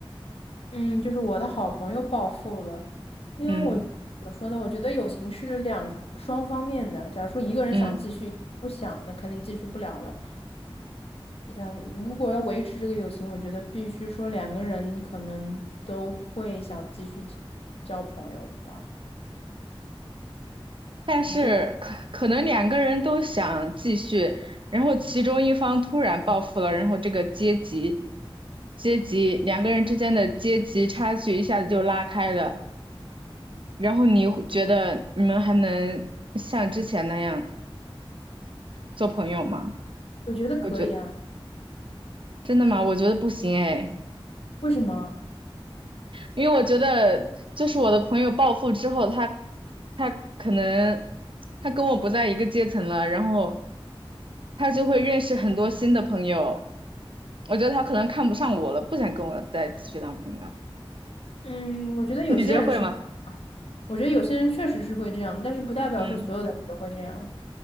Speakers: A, on the left; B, on the right.
A: 嗯，就是我的好朋友暴富了，因为我怎么说呢？
B: 嗯
A: 我觉得友情是两双方面的。假如说一个人想继续，
B: 嗯，
A: 不想，那肯定继续不了了。想如果要维持这个友情，我觉得必须说两个人可能都会想继续交朋友吧，
B: 但是可可能两个人都想继续，
A: 可能就得，
B: 然后其中一方突然暴富了，然后这个阶级阶级两个人之间的阶级差距一下子就拉开了，然后你会觉得你们还能像之前那样做朋友吗？
A: 我觉得可以啊。
B: 我觉。真的吗？我觉得不行哎，
A: 为什么啊
B: 因为我觉得就是我的朋友暴富之后，他他可能他跟我不在一个阶层了，然后他就会认识很多新的朋友。我觉得他可能看不上我了，不想跟我再继续当朋友。
A: 嗯，
B: <laughs>
A: 我觉得有些人是会，
B: 你觉得会吗？
A: 我觉得有些人确实是会这样，但是不代表说所有的人都会这样。
B: 嗯